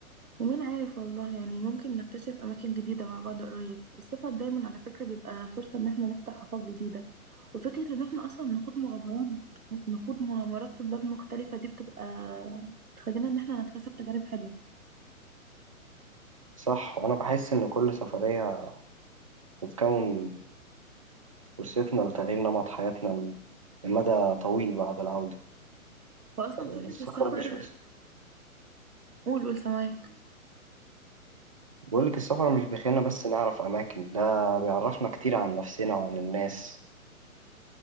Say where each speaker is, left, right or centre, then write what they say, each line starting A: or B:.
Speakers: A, on the right (about 80°); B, on the right (about 25°).
A: ومين عارف والله يعني ممكن نكتشف أماكن جديدة مع بعض قريب السفر دايما على فكرة بيبقى فرصة إن احنا نفتح آفاق جديدة وفكرة إن احنا أصلا نخوض مغامرات نخوض مغامرات في بلاد مختلفة دي بتبقى تخلينا إن احنا نكتسب تجارب حلوة
B: صح وأنا بحس إن كل سفرية بتكون فرصتنا لتغيير نمط حياتنا لمدى طويل بعد العودة
A: وأصلا
B: السفر
A: فكرة السفر
B: مش بس
A: قول قول سماك
B: بقول لك السفر مش بيخلينا بس نعرف أماكن ده بيعرفنا كتير عن نفسنا وعن الناس